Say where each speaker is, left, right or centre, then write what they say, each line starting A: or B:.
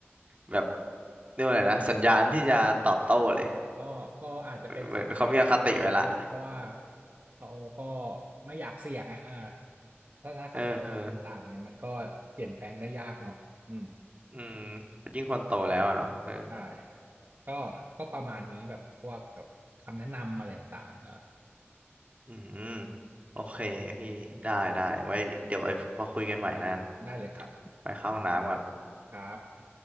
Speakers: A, on the right; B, on the right.
A: แบบเรียกว่าอะไรนะสัญญาณที่จะตอบโต้เลย
B: ก็ก็อาจจะเป็นสไตล์สไตล์เขาเพราะว่า
A: เหมือนเหมือนเขามีอคติไว้ละ
B: เขาก็ไม่อยากเสี่ยงอ่ะเออทัศนคติอะไรต่างๆเนี่ยมันก็เปลี่ยนแปลงได้ยากเนาะอืม
A: เอออืมยิ่งคนโตแล้วอะเนาะเออ
B: ใช่ก็ก็ประมาณนี้แบบพวกกับคำแนะนำอะไรต่างๆเออ
A: อืมโอเคพี่ได้ได้ไว้เดี๋ยวไว้มาคุยกันใหม่นั่น
B: ได้เลยครับ
A: ไปเข้าห้องน้ำก่อน
B: ครับ